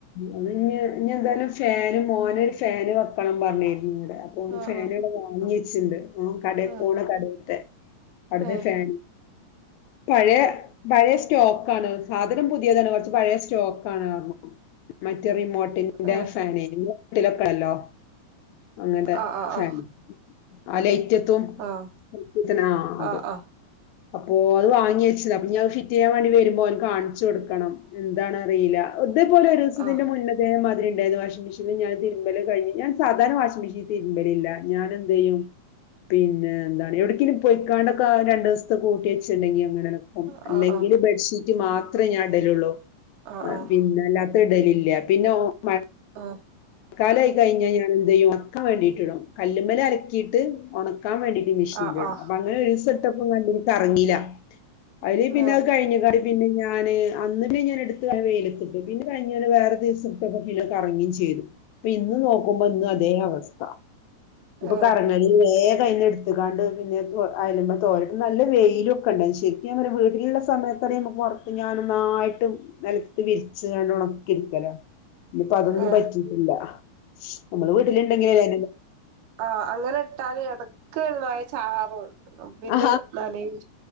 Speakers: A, on the left; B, on the right.
A: അത് ഇഞ്ഞ് ഇഞ്ഞ് എന്തായാലും ഫാന് മോനാെരു ഫാന് വെക്കണം പർണീര്ന്നു ഇവടെ അ പോന്
B: ആ
A: ഫാന്
B: ആ
A: ഇവടെ വാങ്ങി വെച്ച്ണ്ട് ഓൻ കടേക്ക്പോണ
B: ആ
A: കടേത്തെ അവ്ട്ത്തെ
B: ഏ
A: ഫാന് പഴയ പഴയ സ്റ്റോക്ക ആണ് സാധനം പുതിയതാണ് കുറച്ച് പഴയ സ്റ്റോക്ക ആണ് പറ്ഞ്ഞു മറ്റ റിമോട്ടിന്റെ
B: ഏ
A: ഫാനനട്ടിലൊക്കണല്ലോ അങ്ങത്തെ
B: ആ ആ
A: ഫാന്
B: ആ
A: അലൈറ്റത്തുംറ്റത്തിനാ
B: ആ
A: അത്
B: ആ ആ
A: അപ്പോ അത് വാങ്ങിച്ച് അപ്പഞ്ഞത് ഫിറ്റയ്യാൻവേണ്ടിവരുമ്പോൾ ഓനക്ക് കാണിച്ചു കൊടുക്കണം. എന്താണ അറിയില്ല ഇതേപോലെ ഒരു ദിവസത്തിന്റെ
B: ആ ആ
A: മുന്ന അതേ മാതിരി ഉണ്ടരുന്നു വാഷിംഗ മെഷീനി ഞാൻ തിരുമ്പല കഴിഞ് ഞാൻ സാധരണ വാഷി് മെഷീൽ തിരുമ്പലില്ല ഞാന് എന്ത് ചെയും പിന്നെ എന്താണ് എവിടങ്കിലും പെയിക്കാണ്ടൊക്കെ രണ്ട് ദിവസത്തെ കൂട്ടി വെച്ചുണ്ടെങ്കി അങ്ങനെെ
B: ആ
A: അല്ലെങ്കിൽ
B: ആ ആ
A: ബെഡ്ഷീറ്റ് മാത്രമേ ഞാൻ ഇടലുള്ളൂ
B: ആ ആ
A: പിന്ന അല്ലാത്ത ഇടലില്ല പിന്നെ ഒ മഴ
B: ആഹ
A: ക്കാലായി കഴിഞ്ഞാൽ ഞാൻ എന്ത് ചെയ്യും ഒണക്കാ വേണ്ടിയിട്ടിടും കല്ലുമല അ ട്ട് ഉണക്കാൻ വേണ്ടിട്ട് മെഷീനില
B: ആ ആ
A: ഉണ്ട്
B: ആ
A: അപ്പൊ <unintelligible> ഒരീസട്ടപ്പം കറങ്ങില്ല അതില് പിന്നെ
B: ഏ
A: അത് കഴിഞ്ഞ കടി പിന്നെ ഞാന് അന്നല്ലേ ഞാന് എടുത്ത് വെയിലെത്തിട്ട് പിന്നെ കഴിഞ്ഞാല് വേറെ ദിവസംട്ടൊക്ക പിന്നെ കറങ്ങിം ചെയ്ത് ഇപ്പൊ ഇന്ന് നോക്കുമ്പോ ഇന്ന് അതേ അവസ്ഥ ഇപ്പൊ
B: ഏ
A: കറങ്ങ വേഗയ്ന്ന്ടു ത്ത്ക്കാണ്ട് പിന്നെ അയല്മതോരട്ട് നല്ല വെയിലും ഒക്കെ ഉണ്ട ശരിക്കു <unintelligible> വീട്ടിലുള്ള <unintelligible> പുറത്ത് അപ്പ ഞാനൊന്നായിട്ട് നിലത്ത് വിരിച്ച് കാണ്ട് ഉണക്കി ഇടുക്കലോ ഇനിയിപ്പ അതൊന്നും
B: ഏ
A: പറ്റി ഇല്ല നമ്മള് വീട്ടിലുണ്ടെങ്കിലെ
B: ആഹ അങ്ങനെ ഇട്ടാല് എടക്ക് മഴചാറും പിന്നെ
A: ആ
B: നനിം